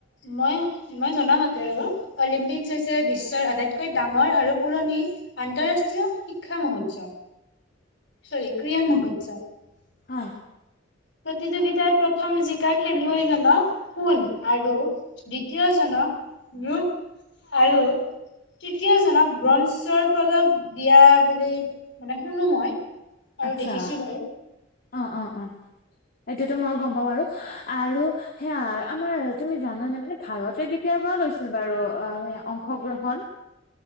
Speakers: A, on the left; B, on the left.
A: মই মই জনামতে আৰু অলিম্পিক বিশ্বৰ আটাইতকৈ ডাঙৰ আৰু পুৰণি আন্তঃৰাষ্ট্ৰীয় শিক্ষা মহোৎসৱ চৰি ক্ৰিয়ান <unintelligible>
B: হ।
A: প্ৰতিযোগিতাত প্ৰথম জিকা খেলুৱৈজনক সণ আৰু দ্বিতীয় জনক ৰূপ আৰু তৃতীয়জনক ব্ৰঞ্জ শৰ পজক বিয়া বুলি মানে শুনো মই আৰু
B: আচ্ছা
A: দেখিছো বাৰু
B: অঁ অঁ অঁ এইতিয়াতো ময়ো গম পাওঁ আৰু আৰু সেয়া আমাৰ তুমি জানানে মানে ভাৰতে কেতিয়াৰ পৰা লৈছিল বাৰু অঁ অংশগ্ৰহণ?